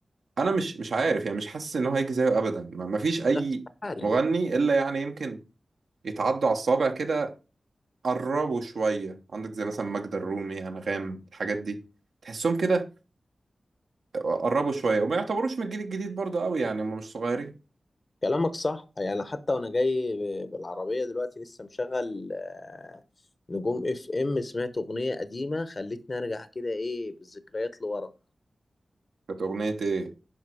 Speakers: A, on the right; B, on the left.
A: أنا مش مش عارف يعني مش حاسس إن هو هيجي زيه أبدا ما- مفيش أي
B: لا استحاله
A: مغني إلا يعني يمكن يتعدوا على الصابع كده قربوا شوية عندك زي مثلا ماجدة الرومي أنغام الحاجات دي تحسهم كده قربوا شوية وما يعتبروش من الجيل الجديد برضه قوي يعني هم مش صغيرين
B: كلامك صح يعني حتى وانا جاي ب- بالعربيه دلوقتي لسه مشغل آه، نجوم اف ام سمعت اغنيه قديمه خلتني ارجع كده ايه بالذكريات لورا
A: كانت أغنية إيه؟